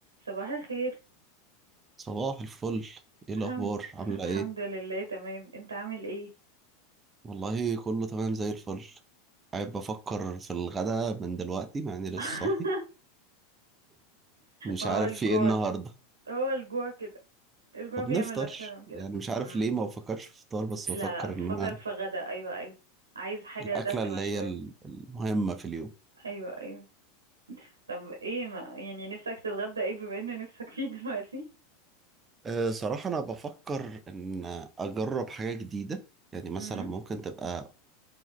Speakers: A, on the right (about 75°); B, on the right (about 20°).
A: صباح الخير
B: صباح الفل ايه الاخبار
A: عامل <laughs>
B: عامله
A: الحمد
B: ايه
A: لله تمام انت عامل ايه
B: والله كله تمام زي الفل قاعد بفكر في الغدا من دلوقتي مع اني لسه
A: <laughs>
B: صاحي مش
A: هو
B: عارف
A: الجوع
B: في ايه النهارده
A: كده هو الجوع كده الجوع
B: طب
A: بيعمل
B: نفطر
A: اكتر من كده
B: يعني مش عارف
A: أمم.
B: ليه ما بفكرش في فطار بس
A: لا
B: بفكر
A: لا بفكر
B: ان انا
A: في غدا ايوه ايوه عايز حاجة
B: الاكله
A: دسمة
B: اللي هي
A: شوية
B: ال- المهمه في اليوم
A: ايوه ايوه طب ايه ما يعني نفسك تتغدى ايه بما ان نفسك فيه دلوقتي
B: أه صراحه انا بفكر ان اجرب حاجه جديده يعني مثلا
A: امم
B: ممكن تبقى